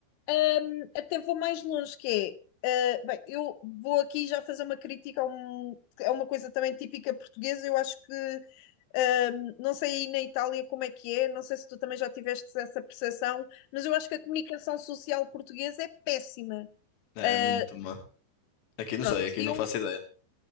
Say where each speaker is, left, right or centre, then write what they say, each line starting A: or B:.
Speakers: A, on the left (about 85°); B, on the left (about 70°).
A: hum, até vou mais longe, que é Uh, bem, eu vou aqui já fazer uma crítica a, um, a uma coisa também típica portuguesa. Eu acho que Um, não sei aí na Itália como é que é, não sei se tu também já tiveste essa percepção, mas eu acho que a comunicação social portuguesa é péssima.
B: É
A: Uh,
B: muito má. Aqui não
A: pronto,
B: sei, aqui
A: eu
B: não faço ideia.